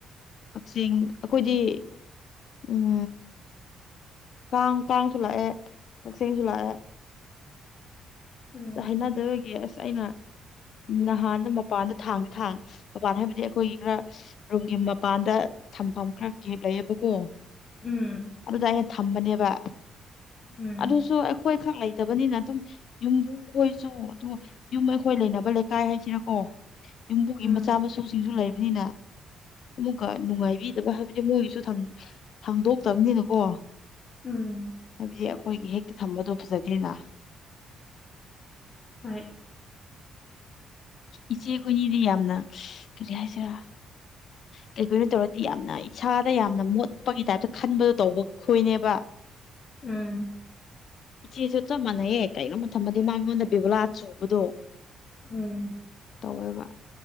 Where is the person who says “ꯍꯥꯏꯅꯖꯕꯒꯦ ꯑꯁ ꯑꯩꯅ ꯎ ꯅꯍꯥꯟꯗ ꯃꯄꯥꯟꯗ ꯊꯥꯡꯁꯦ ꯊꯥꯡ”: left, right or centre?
Left